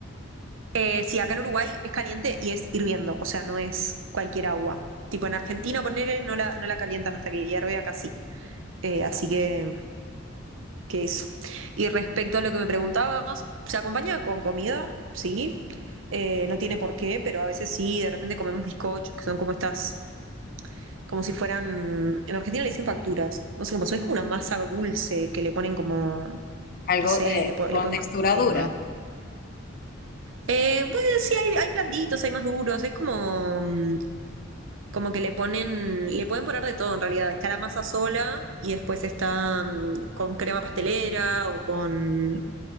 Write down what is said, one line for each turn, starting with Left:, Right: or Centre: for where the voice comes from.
Right: eh, sí, acá en Uruguay es caliente y es hirviendo, o sea, no es cualquier agua. Tipo en Argentina, poner no la, no la calientan hasta que hierve acá sí. Eh, así que que eso. Y respecto a lo que me preguntabas, ¿se acompaña con comida? Sí. Eh, no tiene por qué, pero a veces sí, de repente comemos bizcochos, que son como estas, como si fueran, en Argentina le dicen facturas, no sé cómo son, es como una masa dulce que le ponen como,
Left: Algo
Right: no sé,
Left: eh,
Right: le, po-
Left: con
Right: le pueden
Left: textura
Right: poner crema.
Left: dura.
Right: Eh, pues sí, hay, hay blanditos, hay más duros, es como, mm, como que le ponen, le pueden poner de todo en realidad. Está la masa sola y después está mm, con crema pastelera o con,